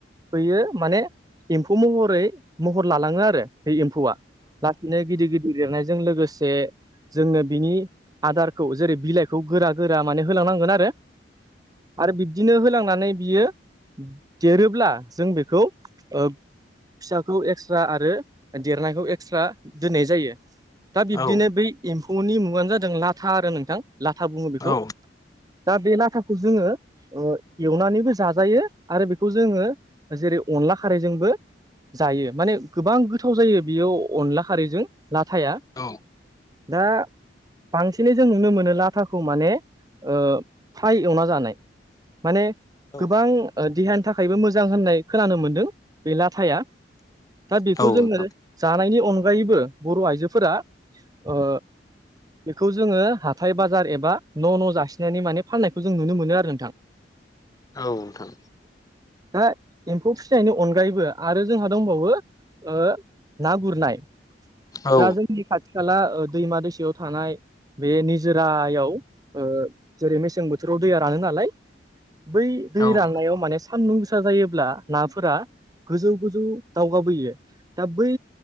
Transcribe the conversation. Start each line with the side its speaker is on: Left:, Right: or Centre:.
Right: बैयो माने एम्फौ महरै महर लालांङो आरो बे एम्फौआ लासैनो गिदिर गिदिर लिरनायजों लोगोसे जोंनो बिनि आदारखौ जेरै बिलाइखौ गोरा गोरा माने होलांनांगोन आरो। आरो बिब्दिनो होलांनानै बियो देरोब्ला जों बेखौ ओ फिसाखौ एक्सट्रा आरो देरनायखौ एक्सट्रा दोननाय जायो। दा बिब्दिनो
Left: औ
Right: बै एम्फौनि मुंङानो जादों लाथा आरो नोंथां लाथा बुंङो बेखौ।
Left: औ
Right: दा बे लाथाखौ जोंङो ओ एवनानैबो जाजायो आरो बेखौ जोंङो जेरै अनला खारैजोंबो जायो माने गोबां गोथाव जायो बियो अनला खारैजों लाथाया।
Left: औ
Right: दा बांसिनै जों नुनो मोनो लाथाखौ माने ओ फ्राइ एवना जानाय माने
Left: औ
Right: गोबां ओ देहानि थाखाय थाखायबो मोजां होननाय खोनानो मोनदों बे लाथाया दा बेखौ
Left: नोंथां
Right: जोंङो जानायनि अनगायैबो बर' आइजोफोरा ओ बेखौ जोंङो हाथाय बाजार एबा न' न' जासिनानै माने फान्नायखौ जों नुनो मोनो आरो नोंथां।
Left: औ नोंथां
Right: दा एम्फौ फिसिनायनि अनगायैबो आरो जोंहा दंबावो ओ ना गुरनाय
Left: औ
Right: जा जोंनि खाथि थि खाला ओ दैमा दैसायाव थानाय बे निजोरायाव ओ जेरै मे सें बोथोराव दैया रानोलाय बै
Left: नोंथां
Right: दै
Left: औ
Right: रानायाव माने सान्दुं गोसा जायोब्ला नाफोरा गोजौ गोजौ दावगाबोयो दा बै